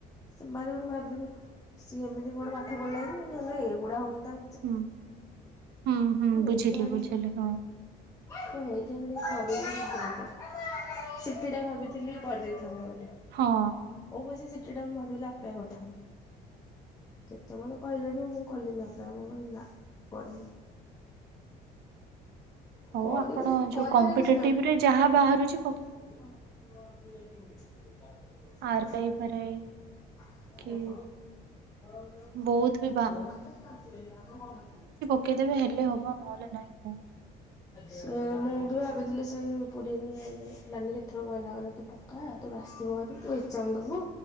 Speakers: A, on the left; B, on the right.
A: ସେମାନେ ହେଉଠୁ ଭାବିବେ ସିଏ ଏମିତି କଣ ପାଠ ପଢ଼ିଲାକି ମାନେ ଏଗୁଡ଼ା ହଉନି ତା <unintelligible> <unintelligible>
B: ହୁଁ ହୁଁ ହୁଁ
A: ହେଉଥିବ
B: ବୁଝିଲି
A: ଟିକେ
B: ବୁଝିଲି ହଁ
A: ସେ ହେଇଥିବ କି ଟିକେ ଡରିକି ଦେଇପାରୁନି। ସି ଟି ଟା ଭାବିଥିଲି କରିଦେଇଥାନ୍ତି ବୋଲି।
B: ହଁ।
A: ହଉ ପଛେ ସି ଟି ଟା ମୁଁ ଭାବିଲି ଆପ୍ଲାଏ କରିଥାନ୍ତି। ଯେତେବେଳେ କହିଲେ ବି ମୁଁ କଲିନି ଅପ୍ଲାଏ ମୁଁ କହିଲି ନା କରି
B: ହଉ
A: କରିବି
B: ଆପଣ ଯୋଉ
A: କରିବାରେ
B: କମ୍ପିଟେଟିଭ
A: କିଛି ନାଇଁ।
B: ରେ ଯାହା ବାହାରୁଚି।
A: <unintelligible>
B: ଆରାଇ ଫାରାଇ
A: <unintelligible>
B: କି ବହୁତ ବି ପକେଇଦେବି ହେଲେ ହବ ନହେଲେ ନାଇଁ ହଉ।
A: ସେ ମୁଁ ବି ଭାବିଥିଲି ସେଇ ପୁରୀ ରେ ନାନୀ କେଥର କହିଲା କଇଲା ତୁ ପକା ତୋର ଆସିବ ହେରୀ ତୁ ଏଗଜାମ୍ ଦବୁ